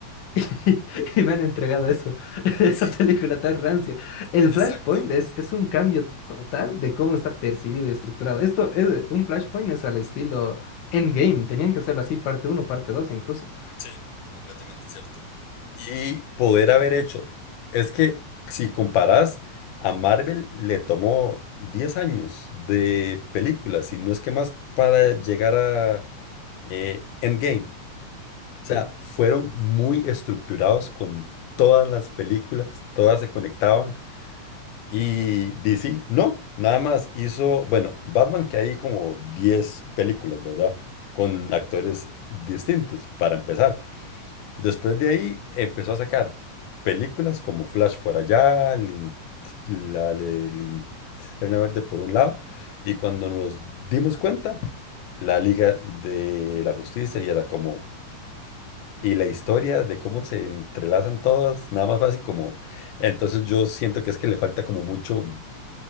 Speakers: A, on the left; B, on the left.
A: <laughs> y, y me han entregado eso, <laughs> esa
B: Sí,
A: película tan rancia. El
B: exacto.
A: Flashpoint es, es un cambio total de cómo está percibido y estructurado. Esto es un Flashpoint es al estilo Endgame, tenían que hacerlo así, parte uno parte 2 incluso.
B: Sí, completamente cierto. Y y poder haber hecho. Es que si comparas a Marvel, le tomó 10 años de películas y no es que más para llegar a eh, Endgame. O sea,
A: Sí.
B: fueron muy estructurados con todas las películas, todas se conectaban y DC, no, nada más hizo, bueno, Batman que hay como 10 películas, ¿verdad? Con actores distintos, para empezar. Después de ahí empezó a sacar películas como Flash por allá, Lin- la de Linterna Verde por un lado, y cuando nos dimos cuenta, la Liga de la Justicia y era como, y la historia de cómo se entrelazan todas, nada más fácil como, entonces yo siento que es que le falta como mucho,